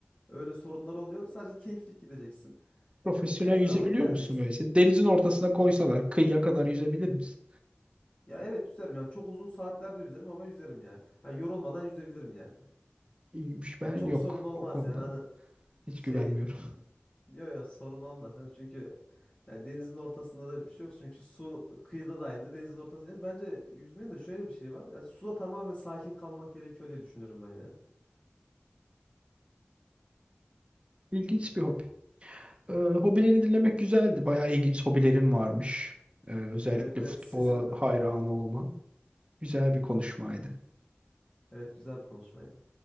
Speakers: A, on the left; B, on the right.
A: Öyle sorunlar oluyor. Sadece keyiflik gideceksin.
B: Profesyonel
A: E, keyfini
B: yüzebiliyor
A: alıp geleceksin.
B: musun böyle? Seni denizin ortasına koysalar kıyıya kadar yüzebilir misin?
A: Ya evet yüzerim yani çok uzun saatlerde yüzerim ama yüzerim yani. Ha, yorulmadan yüzebilirim yani.
B: İyiymiş.
A: Ya
B: Ben
A: çok
B: yok
A: sorun olmaz
B: o konuda.
A: yani hani
B: Hiç
A: şey
B: güvenmiyorum.
A: yo yo sorun olmaz. Yani çünkü yani denizin ortasında da bir şey yok. Çünkü su kıyıda da aynı denizin ortasında. Yani bence yüzmenin de şöyle bir şey var. Yani suda tamamen sakin kalmak gerekiyor diye düşünüyorum ben yani.
B: İlginç bir hobi. Ee, hobileri dinlemek güzeldi. Bayağı ilginç hobilerim varmış. Ee, özellikle
A: Evet evet
B: futbola
A: sizin de.
B: hayran olman. Güzel bir konuşmaydı.
A: Evet güzel bir konuşmaydı.